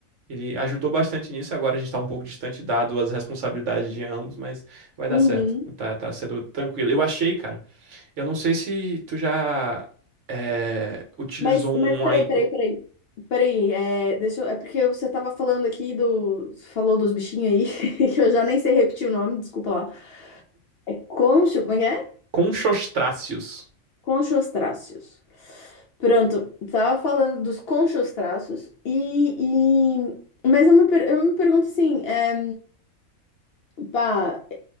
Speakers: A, on the right; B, on the left.
A: ele ajudou bastante nisso. Agora a gente está um pouco distante, dado as responsabilidades de ambos, mas vai dar
B: Uhum.
A: certo. Tá, tá sendo tranquilo. Eu achei, cara. Eu não sei se tu já é, utilizou
B: Mas,
A: um
B: mas peraí,
A: aí.
B: peraí, peraí. Peraí, é, deixa eu, é porque você tava falando aqui do, falou dos bichinhos aí, <laughs> que eu já nem sei repetir o nome, desculpa lá. É concho, como é que é?
A: Conchostráceos.
B: Conchostráceos. Pronto, estava falando dos conchostráceos e, e... Mas eu me, per- eu me pergunto assim, é, pá,